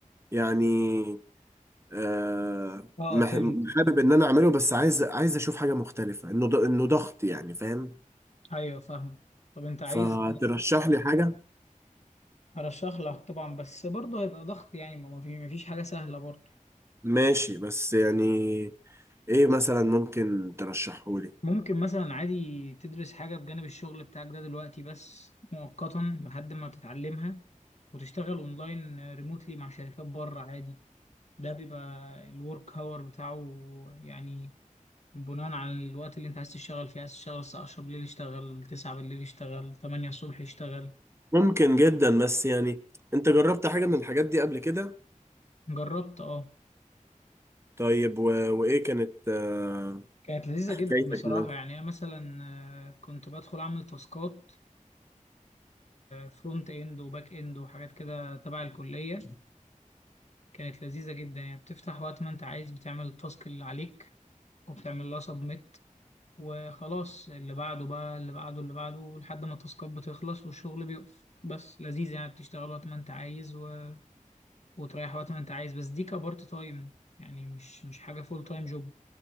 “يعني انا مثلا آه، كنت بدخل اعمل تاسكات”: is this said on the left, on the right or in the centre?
Left